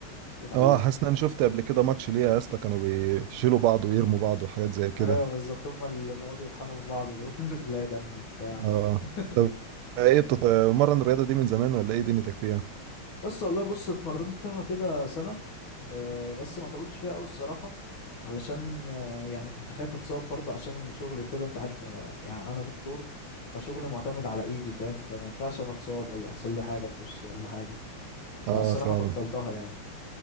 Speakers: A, on the left; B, on the right.
A: تتعلمها
B: اه حاسس ان انا شفت قبل كده ماتش ليها يا اسطى كانوا بيشيلوا بعض ويرموا بعض وحاجات زي كده
A: ايوه بالظبط هم اللي بيقعدوا يطحنوا في بعض دول <laughs> تلاقي دم وبتاع و...
B: اه
A: <laughs>
B: طب ايه بتتمرن الرياضه دي من زمان ولا ايه دنيتك فيها
A: يس والله بص اتمرنتها كده سنة أه بس ما طولتش فيها قوي الصراحة علشان أه يعني كنت خايف اتصاب برضه عشان شغلي وكده انت عارف أنا يعني انا دكتور فشغلي معتمد على ايدي فاهم فما ينفعش انا اتصاب ولا يحصل لي حاجة في وشي ولا حاجة فالصراحة
B: اه فعلا
A: بطلتها يعني